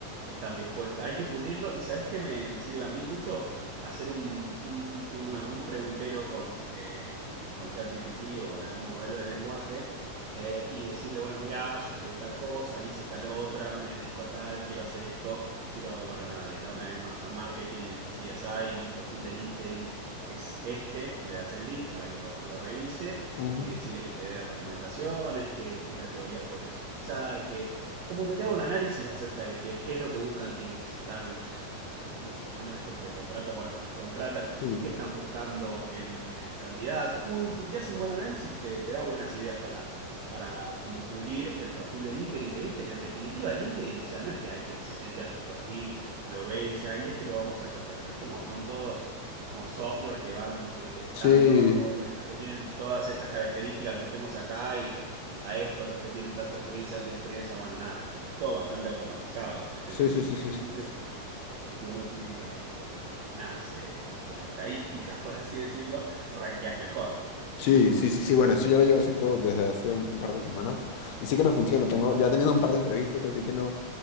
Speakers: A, on the right; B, on the left.
A: están bien puestas. Hay que pulirlo y ¿sabés qué me, me sirve a mí mucho? Hacer un, un- una- un preguntero con, eh, con ChatGPT o con algún modelo de lenguaje eh, y decirle, bueno, mirá, yo soy tal cosa, hice tal otra, me dedico a tal, quiero hacer esto quiero, bueno, nada, dedicarme más al marketing, en, así es ahí, mi perfil de LinkedIn es este, le das el link para que lo, lo revise
B: ujú,
A: y decirle que te dé recomendaciones, qué, qué categorías podrías utilizar, que como que te haga un análisis acerca de qué, qué es lo que buscan quienes están, eh, o sea, cómo es que se llaman estos los que contratan, bueno, los que contratan,
B: sí,
A: qué están buscando en, en candidatos, como que te, te hace un buen análisis y te, te da buenas ideas para, para como pulir el perfil de LinkedIn, que viste que en definitiva LinkedIn, o sea, no es que alguien se mete a tu perfil, lo ve y dice, ay, este lo vamos a contactar. Es como son todos como software que van detectando
B: sí,
A: eh, los que tienen todas estas características, los metemos acá y a estos, los que tienen tanta experiencia, no tienen experiencia, bueno, nada, como que es todo bastante automatizado el tema
B: sí,
A: en
B: sí,
A: LinkedIn.
B: sí, sí,
A: Entonces,
B: sí.
A: si uno tiene como buenas eh, como estadísticas, <laughs> por así decirlo, ranqueas mejor.
B: Sí, sí, sí, sí, bueno, eso ya lo llevo haciendo desde hace un par de semanas y sí que me funciona. Tengo, ya he tenido un par de entrevistas, así que no.